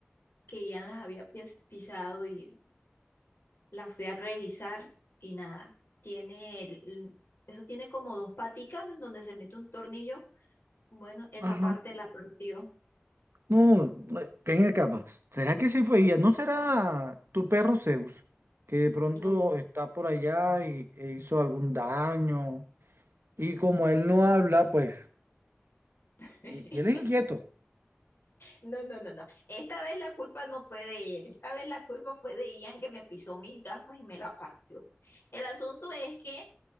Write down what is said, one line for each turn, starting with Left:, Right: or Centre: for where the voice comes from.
Left: que ya las había pis- pisado y las fui a revisar y nada, tiene el- eso tiene como dos paticas en donde se mete un tornillo. Bueno, esa
Right: Ajá.
Left: parte la partió.
Right: No, eh, ven acá, pero ¿será que sí fue ella? ¿No será tu perro Zeus, que de pronto
Left: No.
Right: está por allá y, e hizo algún daño? Y como él no habla, pues,
Left: <laughs>
Right: y y él es inquieto.
Left: No, no, no, no. Esta vez la culpa no fue de él. Esta vez la culpa fue de Ian que me pisó mis gafas y me la partió. El asunto es que